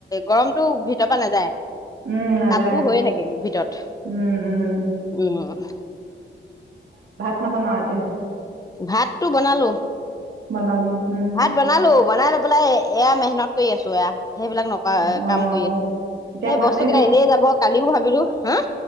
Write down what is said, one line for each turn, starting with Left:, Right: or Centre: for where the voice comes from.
Left: গৰমতটো ভিতৰত ইয়াৰ পা নাযায়,
Right: উম, নাযায়
Left: তাততো হৈয়ে থাকে ভিতৰত,
Right: উম, উম।
Left: উম উম উ
Right: নৱনাও এতিয়া।
Left: ভাতটো বনালো
Right: বনালি উম,
Left: ভাত বনালো বনাই লৈ পেলাই এ এয়া মেহনত কৰি আছো এয়া। সেইবিলাক নকা
Right: অ'।
Left: কাম কৰি আছো সেই
Right: এতিয়া ভাতে
Left: বস্তু কেইটা এনেই যাব কালিও ভাবিলো হা